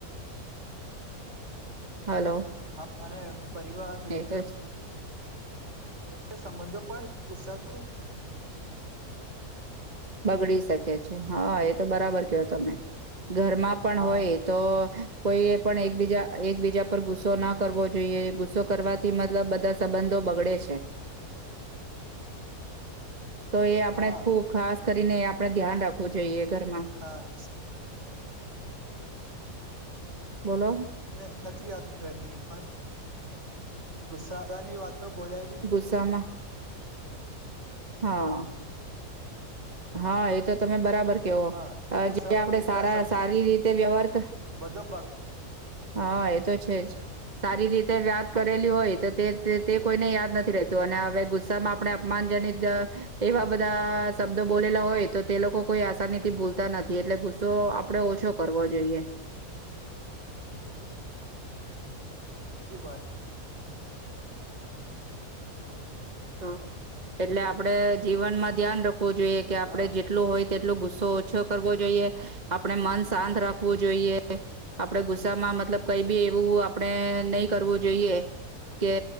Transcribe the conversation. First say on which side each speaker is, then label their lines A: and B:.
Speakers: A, on the right (about 30°); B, on the right (about 50°).
A: હલો
B: હા અને પરિવાર મિત્ર
A: એ તો
B: એ સંબંધો પણ ગુસ્સાથી
A: બગડી શકે છે હા એ તો બરાબર કયો તમે. ઘરમાં પણ
B: હા
A: હોય એતો. કોઈએ પણ એકબીજા એકબીજા પર ગુસ્સો ના કરવો જોઈએ ગુસ્સો કરવાથી મતલબ બધા સંબંધો બગડે છે. તો એ આપણે
B: હા
A: ખુબ ખાસ ને આપણે ધ્યાન રાખું. જોઈએ. ઘરમાં
B: હા.
A: બોલો.
B: ને નથી યાદ રહેતી પણ ગુસ્સા ની વાત તો બોલાયલી
A: ગુસ્સામાં હા હા એ તો તમે બરાબર કેઓ
B: હા તે ગુસ્સામાં
A: જે આપણે
B: કેટલા
A: સારા સારી રીતે વ્યવહાર હ
B: સંબંધો
A: હા એ તો છે જ સારી રીતે વાયાત કરેલી હોય તો તે તે કોઈને યાદ નથી રતું અને હવે ગુસ્સામાં આપણે અપમાનજનિત એવા બધા સબ બોલેલા હોય તો તે લોકો કોઈ આસાનીથી ભૂલતા નથી એટલે ગુસ્સો આપણે ઓછો કરવો જોઈએ
B: સાચચી વાત
A: તો એટલે આપડે જીવનમાં ધ્યાન રાખવુ જોઈએ કે આપડણે
B: હા
A: જેટલૂ હોય જેટલો ગુસ્સો ઓછો કરવો જોઈએ આપણે મન શાંત રાખવું જોઈએ આપડે ગુસ્સામાં મતલબ કઈ બી એવું આપણે નહી કરવું જોઈએ કે